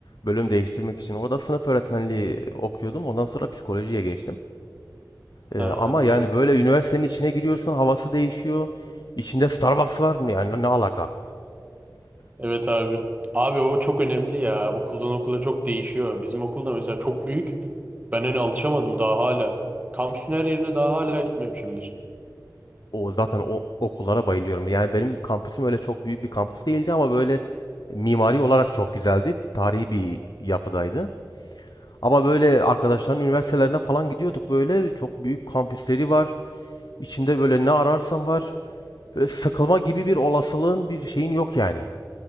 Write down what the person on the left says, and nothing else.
bölüm değiştirmek için orada sınıf öğretmenliği okuyordum. Ondan sonra psikolojiye geçtim.
Ee, ama
yani böyle üniversitenin içine giriyorsun, havası değişiyor. İçinde Starbucks var. Yani ne alaka?
O zaten o okullara bayılıyorum. Yani benim kampüsüm öyle çok büyük bir kampüs değildi ama böyle mimari olarak çok güzeldi. Tarihi bir yapıdaydı. Ama böyle arkadaşların üniversitelerine falan gidiyorduk böyle çok büyük kampüsleri var. İçinde böyle ne ararsan var. Böyle sıkılma gibi bir olasılığın bir şeyin yok yani.